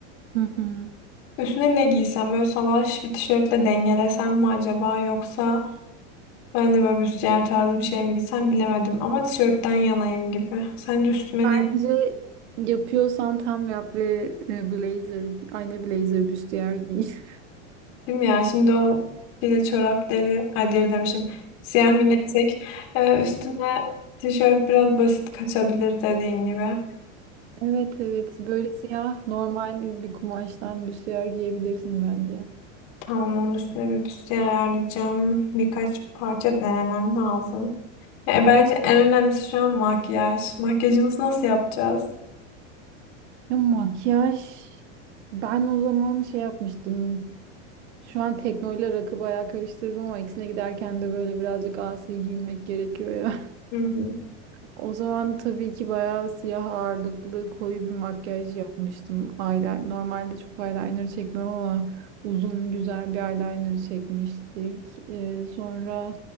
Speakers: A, on the right; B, on the left.
A: Hı hı.
B: Üstüne ne giysem böyle salaş bir tişörtle dengelesem mi acaba yoksa Ben de böyle büstiyer tarzı bir şey mi giysem bilemedim ama tişörtten yanayım gibi. Sence üstüme ne
A: Bence yapıyorsan tam yap ve e, blazer, aynı blazer büstiyer giy. <laughs>
B: giydim ya? Şimdi o bile çorap deri, ay deri demişim. Siyah mineksek e, üstüne tişört biraz basit kaçabilir dediğin gibi.
A: Evet evet böyle siyah normal bir kumaştan büstiyer giyebilirsin bence.
B: Tamam onun üstüne bir büstiyer ayarlayacağım. Birkaç parça denemem lazım. E, bence en önemlisi şu an makyaj. Makyajımızı nasıl yapacağız?
A: Ya makyaj ben o zaman şey yapmıştım. Şu an teknoyla rakı bayağı karıştırdım ama ikisine giderken de böyle birazcık asi giyinmek gerekiyor ya.
B: Hı hı.
A: O zaman tabii ki bayağı siyah ağırlıklı koyu bir makyaj yapmıştım. Eyeliner, normalde çok eyeliner çekmem ama uzun güzel bir eyeliner çekmiştik. Ee, sonra